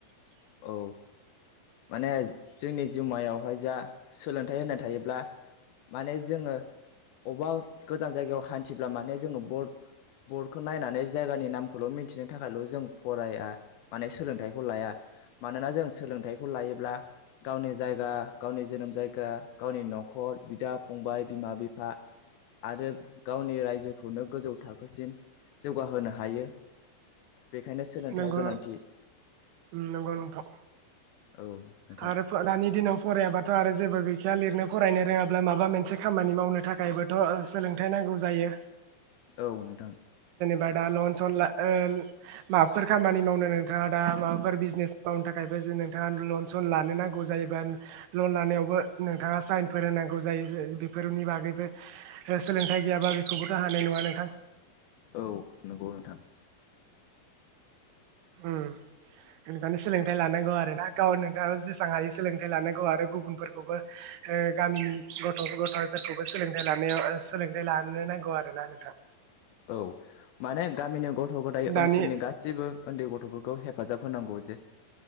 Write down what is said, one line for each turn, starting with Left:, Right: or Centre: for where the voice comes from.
Left: औ माने जोंनि जिउमायावहाय जा सोलोंथाइ होनाय थायोब्ला माने जोङो अबबा गोजान जायगायाव हान्थिब्ला माने जोङो बर्ड बर्डखौ नायनानै जायगानि नामखौल' मिन्थिनो थाखायल' जों फराया माने सोलोंथाइखौ लाया। मानोना जों सोलोंथाइखौ लायोब्ला गावनि जायगा गावनि जोनोम जायगा गावनि न'खर बिदा फंबाय बिमा बिफा आरो गावनि रायजोखौनो गोजौ थाखोसिम जौगाहोनो हायो। बेखायनो सोलोंथाइया
Right: नंगौ
Left: गोनांथि।
Right: नंगौ नोंथां
Left: औ नोंथां
Right: आरो फो दानि दिनाव फरायाबाथ' आरो जेबो गैखाया लिरनो फरायनो रोङाब्ला माबा मोनसे खामानि मावनो थाखायबोथ' सोलोंथाइ नांगौ जायो।
Left: औ नोंथां।
Right: बा दा लन सन ला ओ माबाफोर खामानि मावनो नोंथाङा दा माबाफोर बिजनेस मावनो थाखाय बो जे नोंथाङा लन सन लानो नांगौ जायोबा लन लानायावबो नोंथाङा साइनफोर होनांगौ जायो बेफोरनि बागैबो सोलोंथाइ गैयाबा बेखौबोथ' हानाय नङा नोंथां।
Left: औ नंगौ नोंथां।
Right: ओम बेनिखायनो सोलोंथाइ लानांगौ आरोना गाव नोंथाङा जेसां हायो सोलोंथाइ लानांगौ आरो गुबुनफोरखौबो ओ गामिनि गथ' गथ'फोरखौबो सोलोंथाइ लानायाव सोलोंथाइ लाहोनो नांगौ आरो ना नोंथां।
Left: औ माने गामिनि ग थ' गथाइ
Right: दानि
Left: ओनसोलनि गासैबो उन्दै गथ'फोरखौ हेफाजाब होनांगौ जे